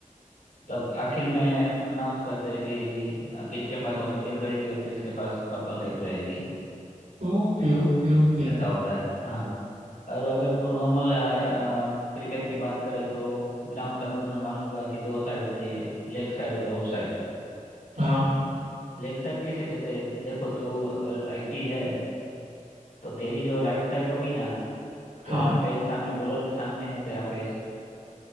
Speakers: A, on the left; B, on the right.
A: तब आखिर में अनाउंस करते हैं कि अ, किसके पास ऑरेंज कैप रहेगी और किसके पास पर्पल कैप रहेगी
B: Okay okay okay
A: ऐसा होता है हाँ। और अगर नॉर्मल क्रिकेट की बात करें तो ग्राउंड का तो तुम्हें मालूम होगा कि दो साइड होती है लेग साइड और ऑफ साइड
B: हाँ
A: लेग साइड किसे कहते हैं देखो तू अगर राइटी है तो तेरी जो राइट साइड होगी ना
B: हाँ
A: तेरा फेस सामने बॉलर के सामने है तेरा फेस